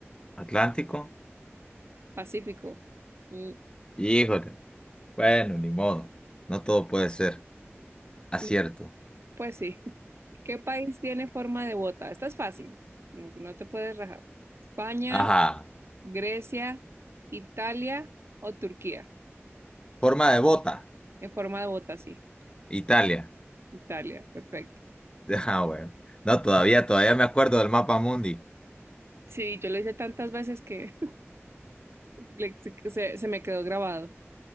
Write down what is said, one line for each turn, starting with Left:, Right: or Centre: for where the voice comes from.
Left: Atlántico.
Right: Pacífico. Mm,
Left: Híjole. Bueno, ni modo. No todo puede ser. Acierto.
Right: mm, pues sí. <laughs> ¿Qué país tiene forma de bota? Esta es fácil. No, no te puedes rajar. España,
Left: Ajá.
Right: Grecia, Italia o Turquía.
Left: Forma de bota.
Right: En forma de bota, sí.
Left: Italia.
Right: Italia, perfecto.
Left: <laughs> Ah, bueno. No, todavía, todavía me acuerdo del mapa mundi.
Right: Sí, yo lo hice tantas veces que le- se, se- se me quedó grabado.